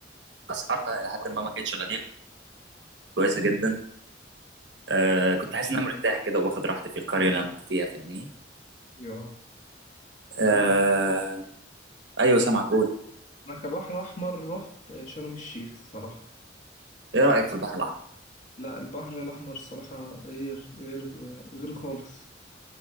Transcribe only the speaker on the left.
ايوه
انا
انا كبحر احمر رحت شرم الشيخ الصراحة
لا البحر الاحمر الصراحة غير غير غير خالص